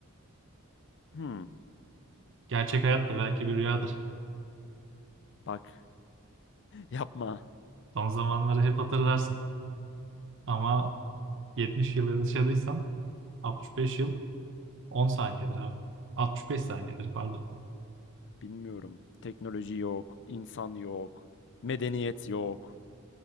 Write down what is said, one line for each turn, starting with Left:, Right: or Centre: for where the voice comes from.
Left: Hmm,
Right: Gerçek hayat da belki bir rüyadır.
Left: bak. <laughs> Yapma.
Right: Son zamanları hep hatırlarsın. Ama 70 yıl yaşadıysan 65 yıl 10 saniyedir abi. 65 saniyedir pardon.
Left: Bilmiyorum. Teknoloji yok, insan yok, medeniyet yok.